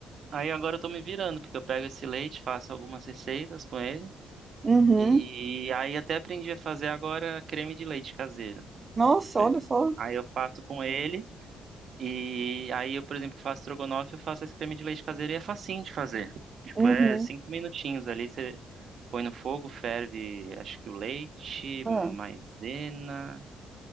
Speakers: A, on the right; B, on the right.
A: aí agora eu tô me virando, porque eu pego esse leite, faço algumas receitas com ele,
B: Uhum.
A: e aí até aprendi a fazer agora creme de leite caseiro.
B: Nossa,
A: Pois
B: olha
A: é.
B: só.
A: Aí eu faço com ele. E aí eu, por exemplo, faço estrogonofe, eu faço esse creme de leite caseiro e é facinho de fazer. Tipo,
B: Uhum.
A: é cinco minutinhos ali, você põe no fogo, ferve, acho que o leite,
B: Ah,
A: maisena.